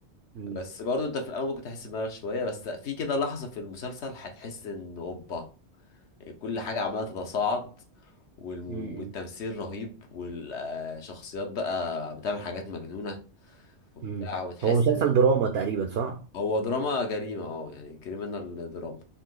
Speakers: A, on the right; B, on the left.
A: م-
B: بس برضه انت في الاول ممكن تحس بملل شويه بس في كده لحظه في المسلسل هتحس ان اوبا كل حاجة عمالة تتصاعد والم-
A: م- م-
B: والتمثيل رهيب والشخصيات بقى بتعمل حاجات مجنونة وبتاع
A: م.
B: وتحس
A: هو مسلسل
B: إن-
A: دراما تقريبا صح؟
B: هو دراما جريمة اه يعني كريمنال دراما